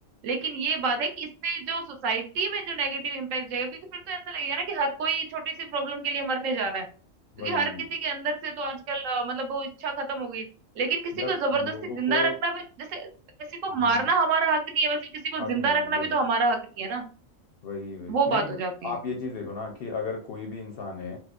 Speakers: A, on the right; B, on the left.
A: लेकिन ये बात है कि इससे जो सोसाइटी में जो नेगेटिव इम्पैक्ट जाएगा क्योंकि फिर तो ऐसा लगेगा ना कि हर कोई छोटी सी प्रॉब्लम के लिए मरने जा रहा है क्योंकि
B: वही
A: हर किसी के अंदर से तो आजकल अ, मतलब वो इच्छा खत्म हो गई है। लेकिन किसी
B: यार
A: को जबरदस्ती
B: लोगों
A: जिंदा
B: को
A: रखना भी जैसे किसी को
B: हम्म
A: मारना
B: हम्म,
A: हमारा हक नहीं है वैसे किसी को
B: हक
A: जिंदा
B: नहीं है
A: रखना
B: वही
A: भी तो हमारा हक नहीं है ना
B: वही वही
A: वो बात
B: नहीं
A: हो
B: बट
A: जाती
B: आप
A: है
B: ये चीज देखो ना कि अगर कोई भी इंसान है